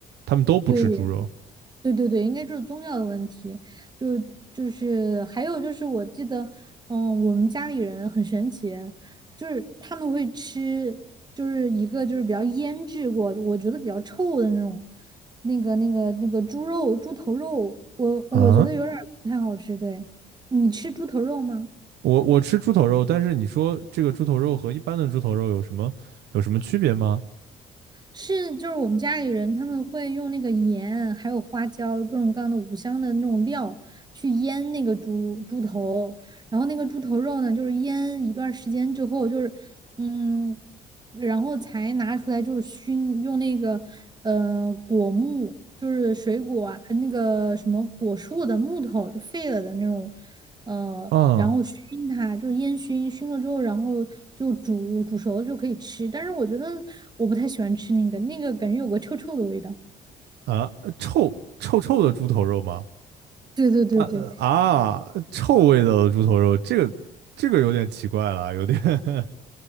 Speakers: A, on the right (about 75°); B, on the right (about 25°).
A: 他们都不吃猪肉
B: 对，对对对，应该就是宗教的问题，就是就是还有就是我记得，嗯，我们家里人很神奇，就是他们会吃，就是一个就是比较腌制过，我觉得比较臭的那种，那个那个那个猪肉、猪头肉，我我觉得有点儿不太好吃。
A: 啊？
B: 对，你吃猪头肉吗？
A: 我我吃猪头肉，但是你说这个猪头肉和一般的猪头肉有什么有什么区别吗？
B: 是，就是我们家里人他们会用那个盐，还有花椒，各种各样的五香的那种料去腌那个猪猪头，然后那个猪头肉呢，就是腌一段时间之后，就是嗯，然后才拿出来就是熏，用那个呃果木，就是水果啊，那个什么果树的木头就废了的那种，呃，
A: 啊
B: 然后熏它，就是烟熏，熏了之后，然后就煮煮熟了就可以吃。但是我觉得我不太喜欢吃那个，那个感觉有个臭臭的味道。
A: 啊，呃臭臭臭的猪头肉吗？
B: 对对对对，
A: 啊呃啊，臭味道的猪头肉，这个这个有点奇怪了，有点 <laughs>